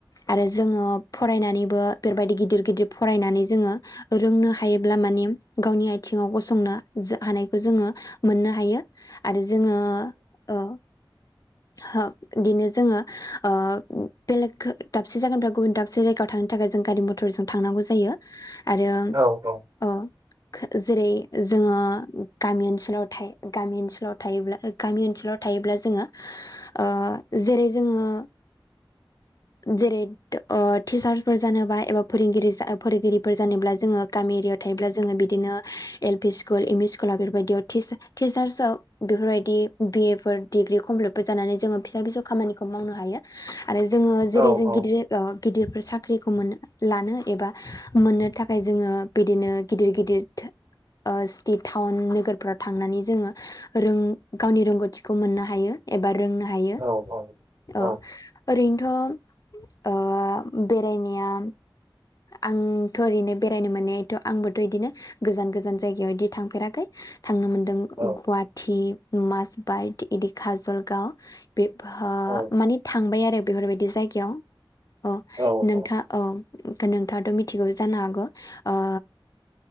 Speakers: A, on the left; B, on the right.
A: आरो जोङो फरायनानैबो बेबायदि गिदिर गिदिर फरायनानै जोङो रोंनो हा योब्ला माने गावनि आथिङाव गसंनो हानायखौ जोङो मोननो हायो। आरो जोङो ओ ओहो बिदिनो जोङो ओ बेलेग दाबसे जायगानिफ्राय गुबुन दाबसे जायगायाव थांनो थाखाय जों गारि मटरजों थांनांगौ जायो आरो
B: औ औ
A: ओ जेरै जोङो गामि ओनसोलाव थायो गामि ओनसोलाव थायोब्ला गामि ओनसोलाव थायोब्ला जोङो ओ जेरै जोङो जेरै ओ टिचार्सफोर जानोबा एबा फोरोंगिरि फोरोंगिरिफोर जानोब्ला जोङो गामि एरियाव थायोब्ला जोङो बिदिनो L P school M E स्कुलाव बेफोरबायदियाव टिचार्सआव बेफोरबायदि बिएफोर डिग्रि कमप्लिट फोर जानानै जोङो फिसा फिसौ खामानिखौ मावनो हायो। आरो जोङो जेरै
B: औ
A: जों
B: औ
A: गिदिर गिदिरफोर साख्रिखौ मोनो। लानो एबा मोननो थाखाय जोङो बिदिनो गिदिर गिदिर ओ सिटि टाउन नोगोरफ्राव थांनानै जोङो रों गावनि रोंगौथिखौ मोननो हायो। एबा रोंनो हायो
B: औ औ औ
A: ओ ओरैनोथ' ओ बेरायनाया आंथ' ओरैनो बेरायनो मोनायथ' आंबोथ' इदिनो गोजान गोजान जायगायाव इदि थांफेराखै। थांनो मोनदों
B: औ
A: गुवाहाटि माजबाइट इदि काजलगाव बेफा
B: औ
A: माने थांबाय आरो बेफोरबायदि जायगायाव अ
B: औ
A: नोथा अ नोंथाङाथ' मिथियो जानो हागौ ओ